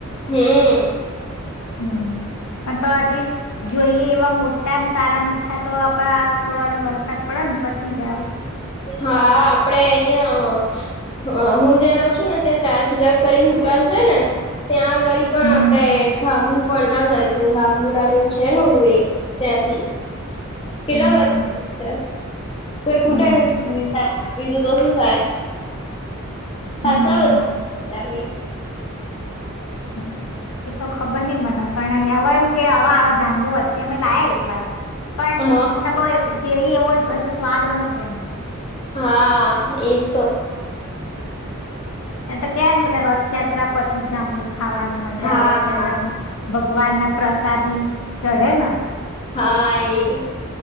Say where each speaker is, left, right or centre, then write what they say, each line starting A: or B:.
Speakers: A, on the left; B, on the left.
A: હમ.
B: હમ. પણ તો હજી જોઈએ એવા મોટા અને સારા મીઠા તો થોડો હજી વરસાદ પડે. પછી જાવ.
A: હા આપડે અહિયાં હ હું જ્યાં રહઉ છું ને ત્યાં ચાર પૂજા કરીને દુકાન છે ને ત્યાં ડી પણ
B: હમ
A: આપડે જામું પડતા જાય છે જાંબુડાનું છે નેલું એ ત્યાંથી કેટલા
B: હમ
A: બધા કોઈછે કોઈ કૂટા
B: હમ
A: નથી
B: એ-
A: બીજું તો શું થાય ખાસા
B: હમ
A: બધા
B: હમ એ તો ખબર નહિ મને પણ હવે એમ કે હવે જામબુ વચ્ચે અમે લાયા એક વાર પણ
A: હા
B: નવો એવો જેઈએ હજુ સ્વાદ નોતો એમ
A: હા એત તો
B: એ તો કે ને પેલા રથયાત્રા પછી જ જામબુ ખાવાની મજા
A: હા
B: આવે રથયાત્રામાં ભગવાન ના પ્રસાદી ચઢે ને
A: હા એ